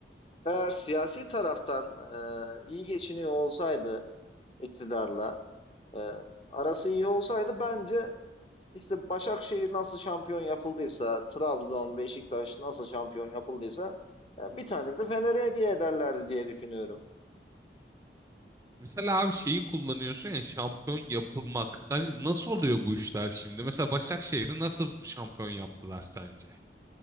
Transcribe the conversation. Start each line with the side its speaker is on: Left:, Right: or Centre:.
Left: eğer siyasi taraftan eee, iyi geçiniyor olsaydı iktidarla, eee, arası iyi olsaydı bence işte Başakşehir nasıl şampiyon yapıldıysa, Trabzon, Beşiktaş nasıl şampiyon yapıldıysa e, bir tane de Fener'e hediye ederlerdi diye düşünüyorum.
Right: Mesela abi şeyi kullanıyorsun ya şampiyon yapılmak. Sen nasıl oluyor bu işler şimdi? Mesela Başakşehir'i nasıl şampiyon yaptılar sence?